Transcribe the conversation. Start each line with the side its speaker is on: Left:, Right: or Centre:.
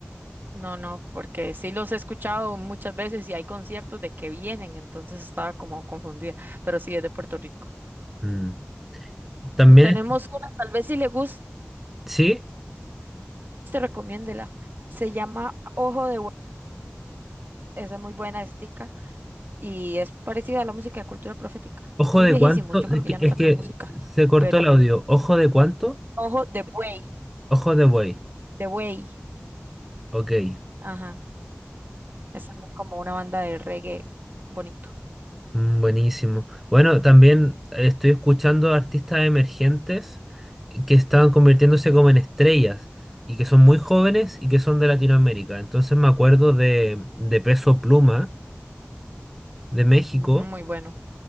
Right: No, no, porque sí los he escuchado muchas veces y hay conciertos de que vienen, entonces estaba como confundida, pero sí es de Puerto Rico.
Centre: Mm. También,
Right: Tenemos
Centre: es-
Right: una, tal vez si le gusta,
Centre: sí,
Right: te recomiéndela. Se llama Ojo de Hue- esa es muy buena estica y es parecida a la música de cultura profética.
Centre: ojo
Right: Son
Centre: de
Right: viejísimos,
Centre: cuánto,
Right: yo creo
Centre: es
Right: que
Centre: que
Right: ya no
Centre: es
Right: sacan
Centre: que
Right: música,
Centre: se cortó
Right: pero
Centre: el audio. Ojo de cuánto,
Right: Ojo de Buey,
Centre: ojo de buey.
Right: de Buey,
Centre: Ok,
Right: ajá, es también como una banda de reggae bonito,
Centre: mm, buenísimo. Bueno, también estoy escuchando artistas emergentes que están convirtiéndose como en estrellas y que son muy jóvenes y que son de Latinoamérica. Entonces me acuerdo de, de Peso Pluma de México,
Right: Ujú, muy bueno.